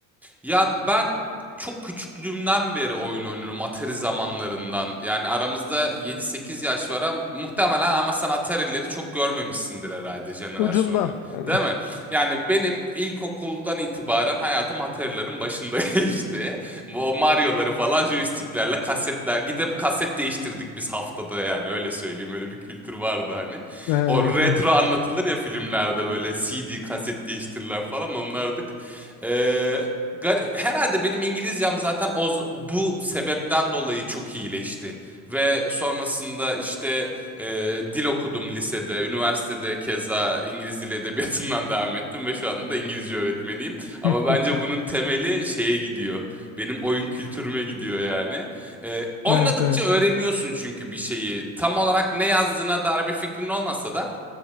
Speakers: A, in the centre; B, on the left (about 70°).
A: ya ben çok küçüklüğümden beri oyun oynuyorum Atari zamanlarından. Yani aramızda yedi sekiz yaş var ama muhtemelen ama sen Atari'leri çok görmemişsindir herhalde jenerasyonda.
B: Ucundan hani.
A: Değil mi? Yani benim ilkokuldan itibaren hayatım Atari'lerin başında <laughs> geçti. Bu- O Mario'ları falan joysticklerle kasetler gidip kaset değiştirdik biz haftada yani öyle söyleyeyim öyle bir kültür vardı hani.
B: Evet
A: O retro
B: evet.
A: anlatılır ya filmlerde böyle CD kaset değiştirirler falan onlardık. Ee, gar- herhalde benim İngilizcem zaten o, bu sebepten dolayı çok iyileşti. Ve sonrasında işte ee, dil okudum lisede, üniversitede keza İngiliz dili edebiyatından devam ettim ve şu anda da İngilizce öğretmeniyim.
B: <laughs>
A: Ama bence bunun temeli şeye gidiyor. Benim oyun kültürüme gidiyor yani. Ee, oynadıkça
B: Evet evet.
A: öğreniyorsun çünkü bir şeyi. Tam olarak ne yazdığına dair bir fikrin olmasa da